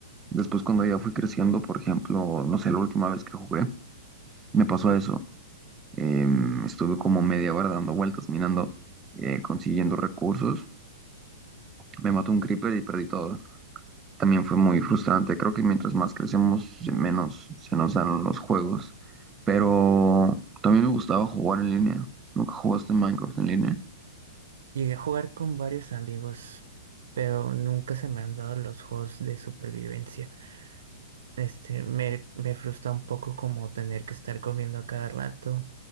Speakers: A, on the right; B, on the right.
A: Después cuando ya fui creciendo, por ejemplo, no sé, la última vez que jugué, me pasó eso. Em, estuve como media hora dando vueltas, minando, eh, consiguiendo recursos. Me mató un creeper y perdí todo. También fue muy frustrante. Creo que mientras más crecemos, menos se nos dan los juegos. Pero también me gustaba jugar en línea. ¿Nunca jugaste Minecraft en línea?
B: Llegué a jugar con varios amigos, pero nunca se me han dado los juegos de supervivencia. Este, me, me frustra un poco como tener que estar comiendo a cada rato,